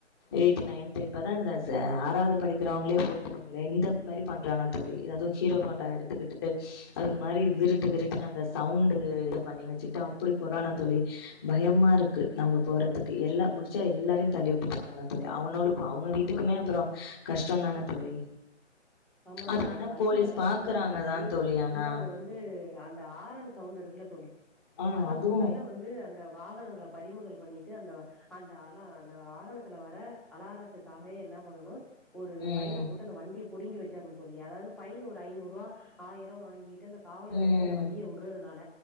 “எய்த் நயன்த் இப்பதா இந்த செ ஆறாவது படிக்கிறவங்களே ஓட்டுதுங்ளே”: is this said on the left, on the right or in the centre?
Left